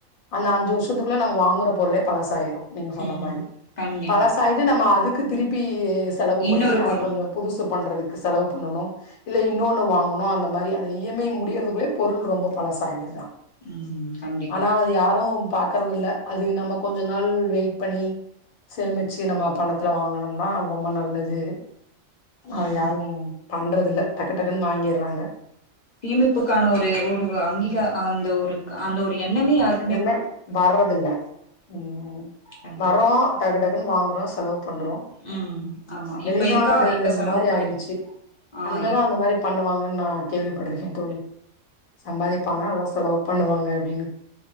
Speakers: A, on the left; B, on the left.
A: அந்த அஞ்சு வருஷத்துக்குள்ள நம்ம வாங்குற பொருளே பழசாயிரு நீங்க சொன்ன
B: ம்
A: மாரி
B: கண்டிப்பா
A: பழசாயிட் இது நம்ம அதுக்கு திருப்பி செலவு
B: இன்னொரு
A: பண்ணி அத
B: பொருள்
A: கொஞ்ச புதுசு பண்றதுக்கு செலவு பண்ணணு இல்ல இன்னொன்னு வாங்கணு அந்த மாரி அந்த இ எம் ஐ முடியறதுக்குள்ளயே பொருள் ரொம்ப பழசாயிடுதா
B: ம் கண்டிப்பா
A: ஆனா அது யாரு பாக்குறதுல்ல அதுக்கு நம்ம கொஞ்ச நாள் வெயிட் பண்ணி சேமிச்சு நம்ம பணத்துல வாங்கனம்னா அது ரொம்ப நல்லது அத
B: ம்
A: யாரு பண்றது இல்ல டக்கு டக்குன்னு வாங்கிறாங்க
B: சேமிப்புக்கான ஒரு ஒரு அங்கீகா அந்த ஒரு அந்த ஒரு எண்ணமே யாருக்
A: என்ன வர்றதில்ல ம்
B: கண்டிப்பா
A: வறோ டக்கு டக்குன்னு வாங்குறோ செலவு பண்றோ
B: ம் ஆமா
A: வெளிநாடு
B: இப்ப இருக்கா இப்ப செலவு
A: மாரி
B: படி
A: ஆயிடுச்சி
B: ஆ
A: அங்கதா
B: இப்
A: அந்த மாரி பண்ணுவாங்கன்னு நா கேள்விப்பட்டிருக்கே தோழி சம்பாதிப்பாங்க எல்லா செலவு பண்ணுவாங்க அப்டின்னு